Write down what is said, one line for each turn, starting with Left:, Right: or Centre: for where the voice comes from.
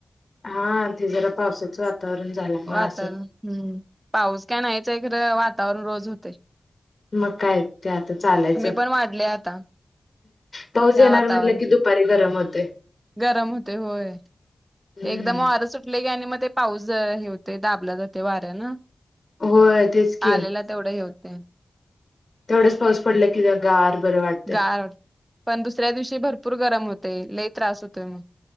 Left: हा ते जरा पावसाचं वातावरण झाल्यामुळे
Right: वातल
Left: असं
Right: हम्म पाऊस काय नाहीयचय का <unintelligible> वातावरण रोज होतय.
Left: मग काय ते आता चालायचं.
Right: पण वाढली आता
Left: पाऊस
Right: ह्या
Left: येणार
Right: वातावरणात
Left: म्हटलं, की दुपारी गरम होत.
Right: गरम होतय, होय ते
Left: हम्म
Right: एकदम वारं सुटले गे आणि मग ते- पाऊस हे होते, दाबला जाते वाऱ्या ना,
Left: होय तेच की
Right: आलेला तेवढं हेव- ते <unintelligible>
Left: तेवढंच पाऊस पडला की गार बरं वाटतय.
Right: गार पण दुसऱ्या दिवशी भरपूर गरम होतय, लई त्रास होतय मग-